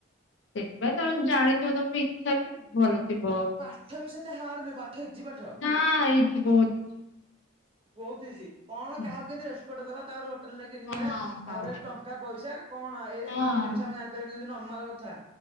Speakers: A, on the left; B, on the right.
A: ସେଥିପାଇଁ ତମେ ଜାଣିଥିବ ତମେ ଇଚ୍ଛା ବି ଭଲ ଥିବ।
B: ପାଠ ବି ସେତେ ହାର୍ଡ ନୁହେଁ ପାଠ ଇଜି ପାଠ।
A: ହଁ ଇଜି ବହୁତ ଇଜ
B: ବହୁତ ଇଜି କଣ
A: ହୁଁ
B: କାହାକୁ କେନ୍ତି ରେସ୍ପେକ୍ଟ ଦବା ତାପରେ ହୋଟେଲରେ କିନ୍ତି
A: ହଁ
B: କରିବା
A: ହଁ
B: ତାପରେ ଟଙ୍କା, ପଇସା। କଣ ଏ
A: ହଁ
B: ଏତିକି ଜିନିଷ ଆମେ ଜାଣିପାରିପାରିବା ଯଦି ନମାଲ କଥା